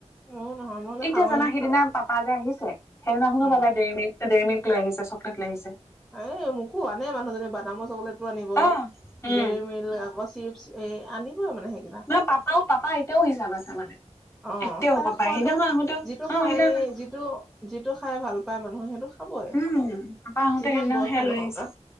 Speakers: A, in the centre; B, on the left.
A: ময়ো নহয় মই হ'লে
B: এতিয়া
A: খাওঁৱেই
B: জানা সিদিনা পাপা যে আহিছে, সেইদিনাখনো
A: উম
B: পাপাই দেৰিমিল্ক ডেৰিমিল্ক লৈ আহিছে। চকলেট লৈ আহিছে।
A: এই মোকো আনে, মানুহজনে বাদামৰ চকলেটো আনিব,
B: অ উম
A: ডেৰি মিল্ক আকৌ চিপ এই আনিবই মানে সেইকেইটা।
B: নে পাপা-পাপা এতিয়াও হিচাপ আছে মানে।
A: অ,
B: এতিয়াও
A: খাই
B: পাপাই
A: খোৱাটো।
B: সেইদিনাখন আহোতেও
A: যিটো
B: অ
A: খাই,
B: সেইদিনাখন
A: যিটো-যিটো খাই ভাল পায় মানুহে। সেইটো খাবই।
B: উম, পাপা আহোতে
A: যিমান
B: সেইদিনা
A: বয়সে
B: সেয়া লৈ
A: নহওক
B: আহিছে।
A: আহ